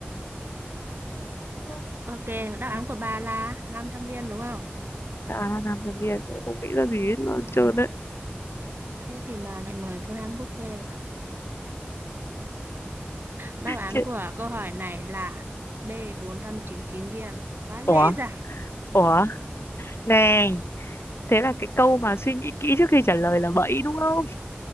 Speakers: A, on the left (about 85°); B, on the right (about 60°).
A: Ừ,
B: Ok, đáp án của bà là 500 viên đúng không?
A: à làm thằng Việt tớ không nghĩ ra gì hết
B: Ừ.
A: luôn
B: ừ,
A: trơn
B: ừ.
A: đấy
B: Thế thì bà lại mời tôi ăn buffet rồi. Đáp án
A: chết
B: của câu hỏi này là b bốn trăm chín mươi chín viên. Quá
A: ủa
B: dễ dàng.
A: ủa nè thế là cái câu mà suy nghĩ kỹ trước khi trả lời là bẫy đúng không